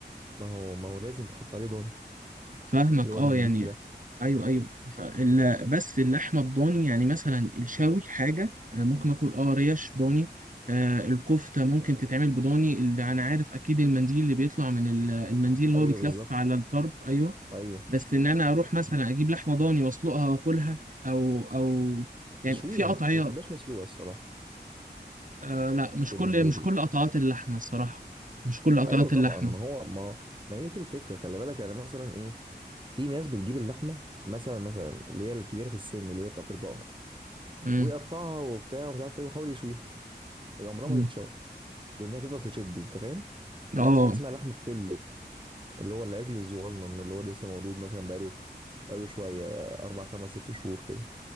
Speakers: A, on the right; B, on the right.
A: ما هو ما هو لازم يتحط عليه ضاني
B: فاهمك
A: اللي هو
B: اه
A: المنديل
B: يعني
A: ده
B: ايوه ايوه فال... بس اللحمه الضاني يعني مثلا الشاوي حاجه انا ممكن اكل اه ريش ضاني آه الكفته ممكن تتعمل بضاني اللي انا عارف اكيد المنديل اللي بيطلع من ال- المنديل اللي
A: ايوه
B: هو بيتلف
A: بالظبط
B: على الطرب ايوه
A: ايوه
B: بس ان انا اروح مثلا اجيب لحمه ضاني واسلقها واكلها او او يعني
A: تشويها
B: في قطعيات
A: انا ما بحبهاش مسلوقه الصراحه
B: آه لا مش
A: بالنسبه
B: كل مش
A: لي
B: كل قطعات اللحمه الصراحه مش كل قطعات
A: ايوه طبعا
B: اللحمه
A: ما هو ما ما هي دي الفكره خلي بالك يعني مثلا ايه في ناس بتجيب اللحمه مثلا مثلا اللي هي الكبيره في السن اللي هي بتاعت البقر
B: امم
A: ويقطعها وبتاع ومش عارف ايه ويحاول يشويها هي عمرها
B: أمم.
A: ما تتشوى لان هي تفضل تشد انت فاهم تبقى
B: اه
A: عايز حاجه اسمها لحمه بتلو اللي هو العجل الصغنن اللي هو لسه مولود مثلا بقاله بقاله شويه اربع خمس ست شهور كده